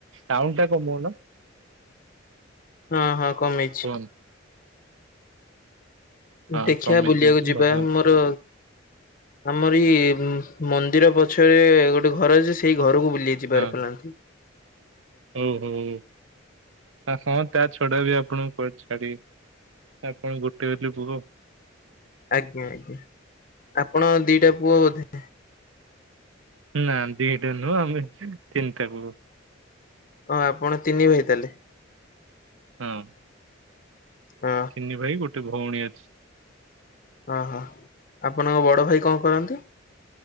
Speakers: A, on the right; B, on the left.
A: ଟାଉ ଟା କମଉନ।
B: ହଁ ହଁ କମେଇଛି।
A: କୁହନ୍ତୁ ହଁ
B: ଦେଖିଆ
A: କମେଇ
B: ବୁଲିବାକୁ
A: ଦେଇଛି
B: ଯିବା
A: ଭଲ
B: ମୋର ଆମର ଏଇ ମନ୍ଦିର ପଛରେ ଗୋଟେ ଘର ଅଛି ସେଇ ଘରକୁ ବୁଲି ଯିବାର
A: ହଁ
B: ପ୍ଲାନ ଅଛି।
A: ହଉ ହଉ ହଁ ତା ଛଡା ବି ଆପଣଙ୍କୁ କୁଆଡେ ଛାଡିବେ। ଆପଣ ଗୋଟେ ବୁଲି ପୁଅ।
B: ଆଜ୍ଞା ଆଜ୍ଞା ଆପଣ ଦିଟା ପୁଅ ବୋଧେ।
A: ନା ଦିଟା ନୁହଁ ଆମେ ତିନିଟା କୁ।
B: ହଁ ଆପଣ ତିନି ଭାଇ ତାହେଲେ।
A: ହଁ।
B: ଅ
A: ତିନି ଭାଇ ଗୋଟେ ଭଉଣୀ ଅଛି।
B: ଓହୋ ଆପଣଙ୍କ ବଡ ଭାଇ କଣ କରନ୍ତି।